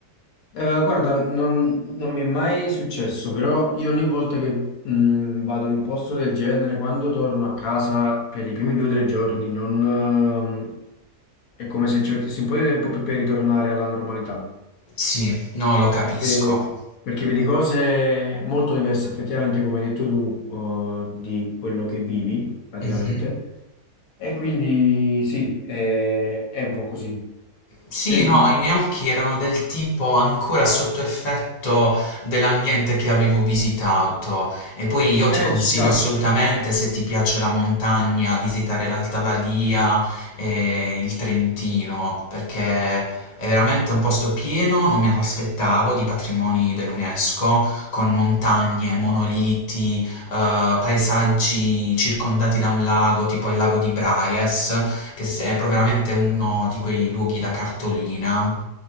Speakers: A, on the left; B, on the left.
A: Eh, guarda, non, non mi è mai successo, però io ogni volta che mm, vado in un posto del genere, quando torno a casa per i primi due o tre giorni, non, ehm, è come se ci mettessi un po' di tempo per, per ritornare alla normalità.
B: Sì, no, lo capisco.
A: Perché, perché vedi cose molto diverse effettivamente, come hai detto tu, eh, di quello che vivi praticamente.
B: Mhm.
A: E quindi sì, è, è un po' così.
B: Sì,
A: Senti,
B: no, i miei occhi erano del tipo ancora sotto effetto dell'ambiente che avevo visitato. E poi io ti
A: eh,
B: consiglio
A: ci sta.
B: assolutamente, se ti piace la montagna, visitare l'Alta Badia e il Trentino, perché è veramente un posto pieno, non mi aspettavo, di patrimoni dell'UNESCO, con montagne, monoliti, eh, paesaggi circondati da un lago, tipo il lago di Braies, che se- è proprio veramente uno di quei luoghi da cartolina.